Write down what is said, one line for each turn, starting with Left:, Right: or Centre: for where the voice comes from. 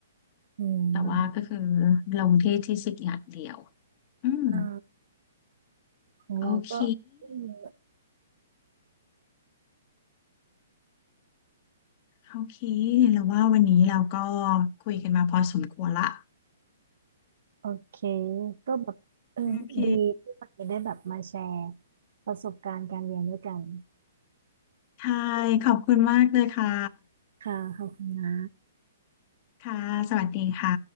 Right: อืม
Left: แต่ว่าก็คือลงที่ทีสิสอย่างเดียวอืม
Right: อ่าของเราก็อืม
Left: โอเคโอเคแล้วว่าวันนี้เราก็คุยกันมาพอสมควรละ
Right: โอเคก็แบบเออดีที่วันนี้ได้แบบมาแชร์
Left: โอเค
Right: ประสบการณ์การเรียนด้วยกัน
Left: ใช่ขอบคุณมากเลยค่ะ
Right: ค่ะขอบคุณนะ
Left: ค่ะสวัสดีค่ะ